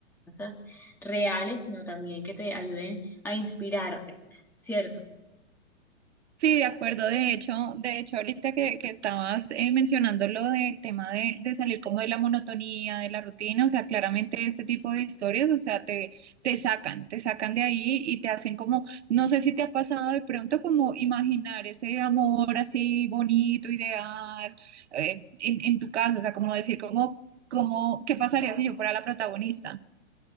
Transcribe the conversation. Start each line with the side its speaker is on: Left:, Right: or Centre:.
Centre: enseñanzas reales, sino también que te ayuden a inspirarte, ¿cierto?
Right: Sí, de acuerdo. De hecho, de hecho, ahorita que, que estabas eh, mencionando lo del tema de, de salir como de la monotonía, de la rutina, o sea, claramente este tipo de historias, o sea, te, te sacan, te sacan de ahí y te hacen como, no sé si te ha pasado de pronto como imaginar ese amor así bonito, ideal, eh, en, en tu caso, o sea, como decir como, como, ¿qué pasaría si yo fuera la protagonista?